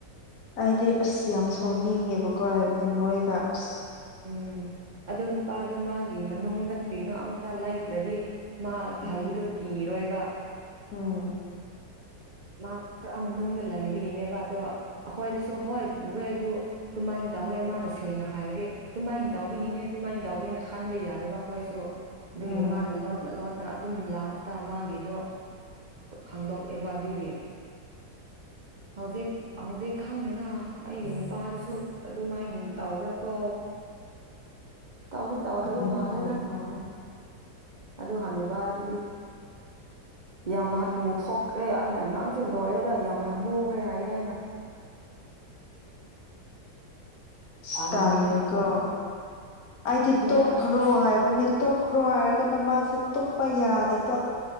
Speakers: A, on the left; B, on the right.
A: ꯍꯥꯏꯗꯤ ꯑꯁ ꯌꯥꯝ ꯁꯥꯎꯅꯤꯡꯉꯦꯕꯀꯣ ꯍꯥꯏꯕꯗꯤ ꯃꯣꯏꯒ ꯑꯁ
B: ꯎꯝ ꯑꯗꯣ ꯅꯨꯄꯥꯗꯣ ꯃꯥꯒꯤ ꯃꯅꯨꯡꯗ ꯀꯔꯤꯅꯣ ꯑꯝꯇ ꯂꯩꯇ꯭ꯔꯗꯤ ꯃꯥ
A: ꯎꯝ
B: ꯍꯥꯏꯕꯗꯨ ꯀꯤꯔꯣꯏꯕ
A: ꯎꯝ
B: ꯃꯥ ꯈꯔ ꯃꯅꯨꯡꯗ ꯂꯩꯕꯤꯅꯦꯕ ꯑꯗꯣ ꯑꯩꯈꯣꯏꯗꯁꯨ ꯍꯣꯏ ꯄꯨꯋꯦ ꯑꯗꯨ ꯑꯗꯨꯃꯥꯏꯅ ꯇꯧꯋꯦ ꯃꯥꯅ ꯁꯦꯡꯅ ꯍꯥꯏꯔꯗꯤ ꯑꯗꯨꯃꯥꯏꯅ ꯇꯥꯎꯕꯤꯒꯤꯅꯦ ꯑꯗꯨꯃꯥꯏꯅ ꯇꯧꯒꯅ ꯈꯟꯕ ꯌꯥꯏꯕ ꯑꯩꯈꯣꯏꯁꯨ ꯑꯗꯨꯒꯤ
A: ꯎꯝ
B: ꯃꯥꯅ ꯂꯣꯠꯅ ꯂꯣꯠꯅ ꯑꯗꯨꯝ ꯂꯥꯁꯇ ꯃꯥꯒꯤꯗꯣ ꯈꯪꯗꯣꯛꯑꯦꯕ ꯑꯗꯨꯒꯤ ꯍꯧꯖꯤꯛ ꯍꯧꯗꯤꯦ ꯈꯪꯗꯦꯔ ꯑꯩꯒꯤ ꯅꯨꯄꯥꯗꯨꯁꯨ ꯑꯗꯨꯃꯥꯏꯅ ꯇꯕ꯭ꯔꯥ ꯀꯣ
A: <unintelligible>
B: ꯇꯥꯎꯗꯤ ꯇꯥꯎꯗꯕ
A: ꯑꯁ
B: ꯃꯥꯜꯂꯦꯗ ꯑꯗꯨ ꯍꯟꯅꯨꯕ ꯑꯗꯨꯗꯤ ꯌꯥꯝ ꯍꯟꯅꯨ ꯊꯣꯛꯇ꯭ꯔꯦ ꯑꯩꯅ ꯅꯪꯁꯦ ꯂꯣꯏꯔꯦꯗ ꯌꯥꯝ ꯍ ꯂꯨꯈ꯭ꯔꯦ ꯍꯥꯏꯌꯦ ꯑꯩꯅ
A: ꯁ
B: ꯇꯜꯂꯦ
A: ꯇꯜꯂꯦꯀꯣ ꯑꯩꯗꯤ
B: ꯑꯗꯨꯅꯦ
A: ꯇꯣꯛꯈ꯭ꯔꯣ
B: ꯑꯁ
A: ꯍꯥꯏꯕꯅꯦ ꯇꯣꯛꯈ꯭ꯔꯣ ꯍꯥꯏꯔꯒꯅ ꯃꯥꯁꯦ ꯇꯣꯛꯄ ꯌꯥꯗꯕꯗꯣ